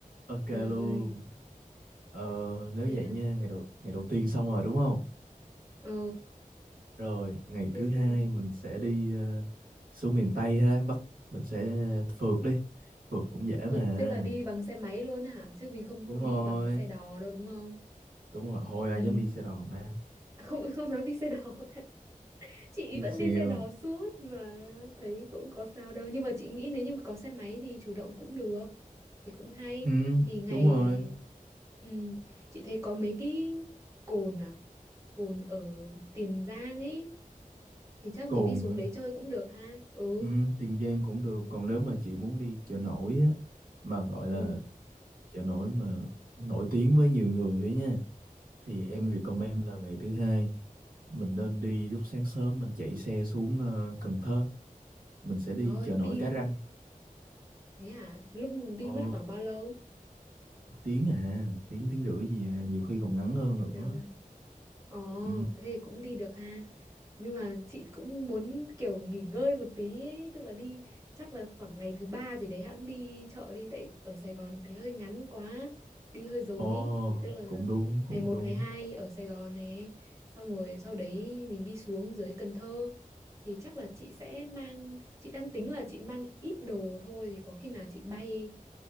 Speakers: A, on the right (about 80°); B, on the right (about 20°).
A: ok
B: Trời ơi,
A: luôn ờ, nếu
B: thế là
A: vậy nha ngày đầu ngày đầu tiên xong rồi đúng không
B: ờ
A: Rồi, ngày
B: thế
A: thứ
B: xong
A: hai
B: rồi,
A: mình sẽ đi ờ, xuống miền Tây ha, Bắc mình sẽ phượt đi. Phượt cũng dễ mà.
B: Ờ, tức là đi bằng xe máy luôn hả? Chứ mình không không
A: Đúng rồi,
B: đi bằng xe đò đâu đúng không?
A: đúng rồi, hồi ai
B: Ừ,
A: dám đi xe đò mà.
B: à, không <laughs> không dám đi xe đò. <laughs> Chị
A: Đi
B: vẫn
A: xèo.
B: đi xe đò suốt mà thấy cũng có sao đâu. Nhưng mà chị nghĩ nếu như có xe máy thì chủ động cũng được. Thì cũng hay.
A: Ừ,
B: Thì ngày
A: đúng rồi,
B: ừ, chị thấy có mấy cái cồn à? Cồn ở Tiền Giang ấy thì chắc
A: Cồn
B: mình đi xuống
A: hả?
B: đấy chơi cũng được ha ừ
A: Ừ, Tiền Giang cũng được,
B: Ừ.
A: còn nếu mà chị muốn đi chợ nổi á mà gọi
B: ừ
A: là chợ nổi mà nổi tiếng với nhiều người ấy nha thì em
B: ừ
A: recommend là ngày thứ hai mình nên đi lúc sáng sớm mình chạy xe xuống ờ, Cần Thơ, mình sẽ đi
B: rồi
A: chợ nổi
B: đi
A: Cái Răng.
B: thế hả lúc đi
A: Ồ.
B: mất khoảng bao lâu
A: tiếng à tiếng tiếng rưỡi gì à nhiều khi còn ngắn hơn nữa
B: rồi Ồ,
A: ừ.
B: thế thì cũng đi được ha. Nhưng mà chị cũng muốn kiểu nghỉ ngơi một tí ấy, tức là đi chắc là khoảng ngày thứ ba gì đấy hãng đi chợ đi tại ở Sài Gòn thế hơi ngắn quá, đi hơi dồn
A: ồ
B: ý. Thì tức là
A: cũng đúng cũng
B: ngày một
A: đúng
B: ngày 2 ở Sài Gòn này, xong rồi sau đấy mình đi xuống dưới Cần Thơ thì chắc là chị sẽ mang chị đang tính là chị mang ít đồ thôi thì có khi nào chị bay